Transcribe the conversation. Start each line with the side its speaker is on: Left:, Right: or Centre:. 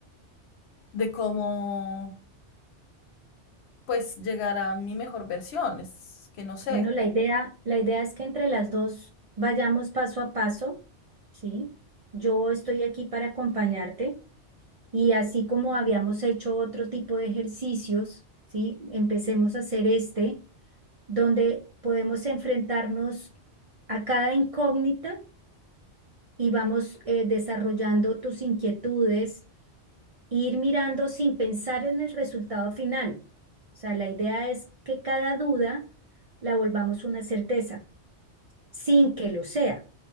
Left: de cómo pues llegar a mi mejor versión. Es que no sé.
Right: Bueno, la idea, la idea es que entre las dos vayamos paso a paso, ¿sí? Yo estoy aquí para acompañarte y así como habíamos hecho otro tipo de ejercicios, ¿sí? Empecemos a hacer este. donde podemos enfrentarnos a cada incógnita y vamos eh, desarrollando tus inquietudes, e ir mirando sin pensar en el resultado final. O sea, la idea es que cada duda la volvamos una certeza, sin que lo sea.